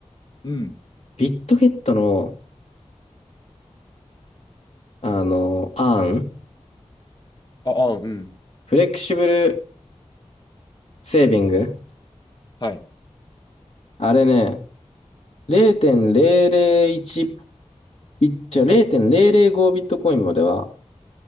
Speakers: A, on the left; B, on the left.
A: うん
B: ビットゲットの、あの、アーン
A: あ、あ、うん。
B: フレキシブルセービング、
A: はい。
B: あれね、0.001ビッチャ、0.005ビットコインまでは、